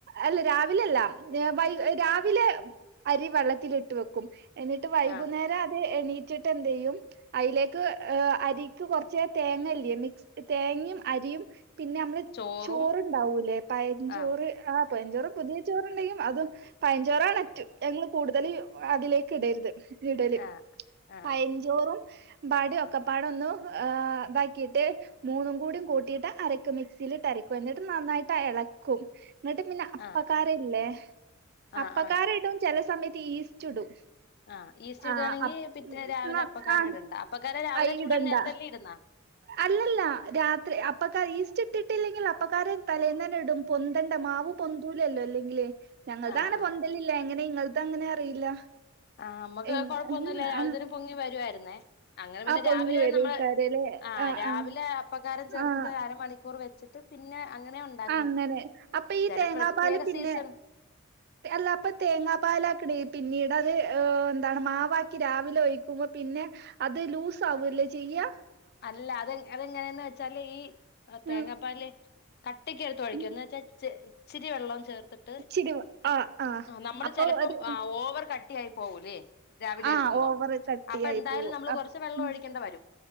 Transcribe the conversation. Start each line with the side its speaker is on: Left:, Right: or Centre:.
Right: അല്ല രാവിലല്ല രാവിലെ അരി വെള്ളത്തില ഇട്ട വെക്കും എന്നിട്ട് വൈകുന്നേരം
Left: ആ
Right: അതേ എണീറ്റിട്ട് എന്ത് ചെയ്യും അതിലേക്ക് അരിക്ക് കുറച്ച തേങ്ങല്ലേ മിക്സ് തേങ്ങയും അരിയും പിന്നെ നമ്മള്
Left: ചോറും
Right: ചോറണ്ടാവൂല്ലേ പയചോറ്
Left: ആ
Right: ആ പയഞ്ചോറ് പുതിയ ചോറണ്ടെങ്കും അത് പയഞ്ചോററ്ററ കൂടുതൽ അതിലേക്ക് ഇടരുത് ഇടല്
Left: ആ ആ
Right: പയഞ്ചോറ ബാട ഒക്കപ്പാടൊന്നും ഇതാക്കിട്ട് മൂന്നും കൂടും കൂട്ടിയിട്ട് അരക്കും മിക്സിയിലിട്ട് അരക്കും എന്നിട്ട് നന്നായിട്ട് ഇളക്കും എന്നിട്ട് പിന്നെ അപ്പക്കാരല്ലേ
Left: ആ ആ
Right: അപ്പക്കാര
Left: ആ
Right: ഇട്ട് ഒ ചല സമയത്ത് ഈസ്റ്റ് ഇടും
Left: ആഹ ഈസ്റ്റ്
Right: ആഹ്
Left: ഇടുകാണെങ്കിൽ
Right: അപ്
Left: മറ്റേ രാവിലെപ്പക്കാരോവിടുണ്ടണ്ട്
Right: ന്ന ആഹ്
Left: അപ്പക്കാരെ രാവിലെ
Right: അയ്
Left: ചൂടൻ
Right: ഇടണ്ട
Left: നേരത്തെല്ലേ ഇടുന്നാ
Right: അല്ലല്ല രാത്രി അപ്പക്കാർ ഈസ്റ്റ് ഇട്ടിട്ടില്ലെങ്കിൽ അപ്പക്കാര തലേൽന്നന്നെ ഇടും പൊന്തന്റെ മാവ് പൊന്തൂ ഇല്ലല്ലോ അല്ലെങ്കേ ഞങ്ങളുടൊങ്ങനെ
Left: ആഹ് ആഹ്
Right: പൊന്തല്ലില്ല എങ്ങനെ ഇങ്ങ അതങ്ങനെ അറിയില്ല
Left: ആഹ് നമുക്ക്
Right: ആഹ്
Left: കൊഴപ്പൊന്നുമില്ല രാവിലേത്തേന്
Right: ആ
Left: പൊങ്ങി വരുവായിരുന്നേ അങ്ങനെ പിന്നെ
Right: ആ പൊങ്ങി
Left: രാവിലെ
Right: വരേക്കാരല്ലേ
Left: നമ്മള് ആ്
Right: ആഹ്
Left: രാവിലെ
Right: ആഹ്
Left: അപ്പക്കാരം ചേർത്തിട്ട്
Right: ആഹ്
Left: അരമണിക്കൂർ വെച്ചിട്ട് പിന്നെ അങ്ങനെ ഉണ്ടാക്കുന്നത്
Right: അങ്ങനെ അപ്പൊ ഈ
Left: ചെല
Right: തേങ്ങാ
Left: പ്രത്യേക
Right: പാൽ പിന്നെ
Left: സീസൺ
Right: അല്ല അപ്പൊ തേങ്ങാ പാല ആക്കണേ പിന്നീട് എന്താണ് മാവാക്കി രാവിലെ ഒഴിക്കുമ്പോ പിന്നെ അത് ലൂസ് ആവൂല്ലേ ചെയ്യാ
Left: അല്ല അത് അതെങ്ങനെയന്ന് വെച്ചാല് ഈ ആ തേങ്ങാപ്പാലില്
Right: ഉം
Left: കട്ടിക്ക് എടുത്ത് ഒഴിക്കും
Right: ഉം
Left: എന്ന വെച്ചാ ഇച്ചിരി വെള്ളവും ചേർത്തിട്ട്
Right: ഇച്ചിരി ആഹ് ആഹ്
Left: നമ്മള്
Right: അപ്പൊ
Left: ചെലപ്പം
Right: ഒരു
Left: ഓവർ കട്ടി പോകൂലേ രാവിലെ
Right: ആഹ്
Left: എടുക്കുമ്പോം
Right: ഓവറ് കട്ടിയായി
Left: അപ്പൊ എന്തായാലും
Right: പോവും
Left: നമ്മള്
Right: അപ്
Left: കുറച്ച് വെള്ളം
Right: ഉം
Left: ഒഴിക്കേണ്ട വരും